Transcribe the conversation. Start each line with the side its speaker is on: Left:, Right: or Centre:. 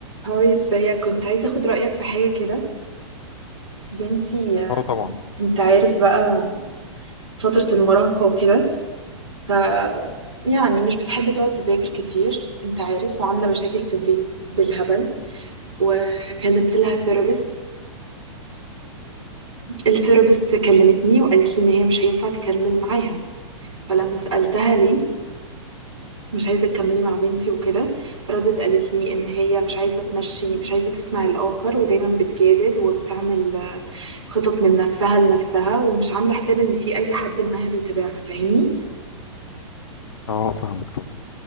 Right: هاي ازيك كنت عايزة اخد رأيك في حاجة كده بنتي آه،
Left: اه طبعا
Right: انت عارف بقى فترة المراهقة وكده ف يعني مش بتحب تقعد تذاكر كتير انت عارف وعاملة مشاكل في البيت بالهبل وكلمت لها ثيرابيست الثيرابيست كلمتني وقالت لي ان هي مش هينفع تكمل معاها فلما سألتها ليه مش عايزة تكملي مع بنتي وكده ردت قالت لي ان هي مش عايزة تمشي مش عايزة تسمع الآخر ودايما بتجادل وبتعمل خطط من نفسها لنفسها ومش عاملة حساب ان في اي حد معاها بيتابعها فاهمني
Left: اه فاهمك طبعا